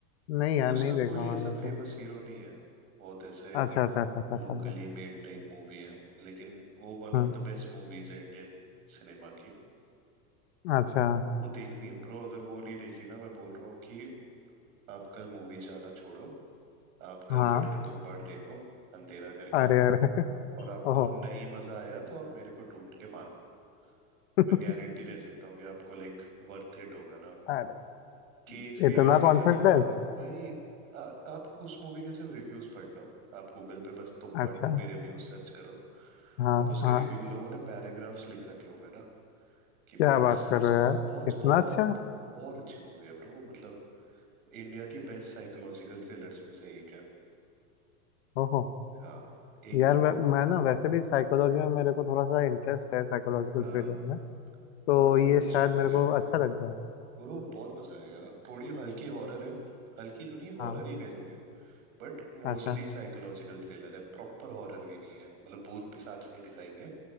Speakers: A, on the left; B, on the right.
A: नहीं यार
B: उसका
A: नहीं देखा
B: कोई ऐसा
A: मैंने
B: फेमस
A: तो
B: हीरो नहीं है बहुत ऐसे
A: अच्छा अच्छा अच्छा अच्छा समझा
B: लोकली मेड टाइप मूवी है लेकिन वो one
A: हम्म
B: of the best movies है इंडियन सिनेमा की
A: अच्छा
B: वो देखनी है ब्रो अगर वो नहीं देखी ना मैं बोल रहा हूँ कि आप कल मूवी जाना छोड़ो आप घर
A: हाँ
B: बैठ के तुम बाड़ देखो अंधेरा करके
A: अरे अरे <laughs>
B: और आपको
A: ओहो
B: नहीं मजा आया तो आप मेरे को ढूंढ के मारना
A: <laughs>
B: मैं गारंटी दे सकता हूँ कि आपको लाइक वर्थ इट होगा ना
A: अरे
B: केसरी
A: इतना
B: वेसरी
A: कॉन्फिडेंस
B: से तो बहुत भाई आ, आप उस मूवी के सिर्फ रिव्यूज पढ़ना हो आप गूगल पे बस Tumbbad
A: अच्छा
B: movie reviews search करो
A: हाँ
B: आप उसके
A: हाँ
B: रिव्यू लोगों ने पैराग्राफ्स लिख रखे होंगे ना कि
A: क्या
B: भाई
A: बात
B: इससे
A: कर
B: सो
A: रहे हो यार
B: बहुत
A: इतना
B: बहुत
A: अच्छा
B: बहुत अच्छी मूवी है ब्रो मतलब इंडिया की बेस्ट साइकोलॉजिकल थ्रिलर्स में से एक है
A: ओहो
B: हाँ एक
A: यार मैं,
B: वो
A: मैं ना वैसे भी साइकोलॉजी में मेरे को थोड़ा सा इंटरेस्ट है साइकोलॉजिकल
B: हाँ।
A: थ्रिलर में तो
B: वो बहुत
A: ये
B: अच्छी
A: शायद
B: मूवी
A: मेरे
B: है
A: को अच्छा लग जाए
B: ब्रो बहुत मजा आएगा थोड़ी हल्की हॉरर है हल्की तो नहीं हॉरर
A: हाँ
B: ही कह लोगे बट मोस्टली
A: अच्छा
B: साइकोलॉजिकल थ्रिलर है प्रॉपर हॉरर भी नहीं है मतलब भूत पिशाच नहीं दिखाएंगे